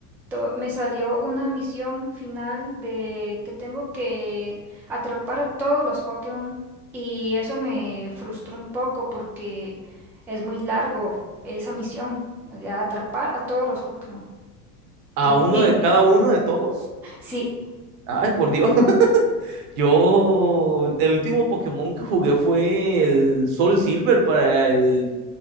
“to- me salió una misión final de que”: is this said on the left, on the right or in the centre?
Centre